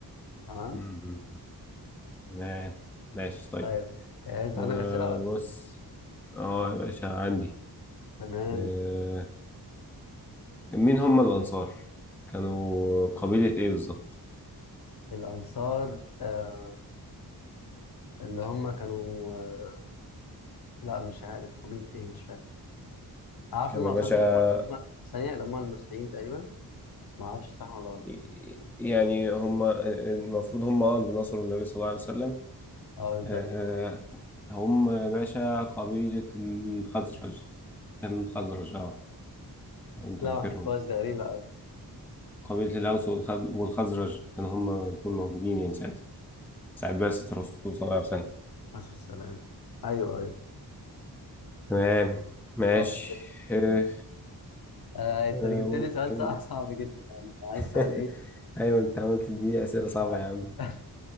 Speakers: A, on the left; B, in the centre.
A: تمام
B: مم. ما- ماشي طيب
A: طيب آه، انت
B: آه
A: عندك اسئله ولا
B: بص اه يا باشا عندي
A: تمام
B: آه مين هم الأنصار؟ كانوا قبيلة إيه بالظبط؟
A: الانصار آه، اللي هم كانوا آه، لا مش عارف قبيلة ايه مش فاهم عارف
B: كان
A: ان هم
B: يا
A: اصلا
B: باشا
A: دول هم اللي هم ثانية اللي هم المسيحيين تقريبا بس ما اعرفش صح ولا غلط
B: ي- يعني هم المفروض هم آه، اللي نصروا النبي صلى الله عليه وسلم
A: اه بالظبط
B: آه، هم يا باشا قبيلة الخزرج الخزرج اه لو انت
A: لا
B: فاكرهم
A: ما اعرفهاش ده غريبة قوي
B: قبيلة الأوس والخز- والخزرج كانوا هم الاثنين موجودين يعني ساعتها ساعة بعثة الرسول صلى الله عليه وسلم
A: عليه السلام ايوه ايوه
B: تمام ماشي
A: طب
B: آه،
A: آه انت
B: آه،
A: جبت
B: ممكن
A: لي سؤال صعب <laughs> صعب جدا يعني عايز
B: <laughs>
A: سؤال ايه
B: ايوه انت عملت دي أسئلة صعبة
A: آه.
B: يا عم
A: <laughs>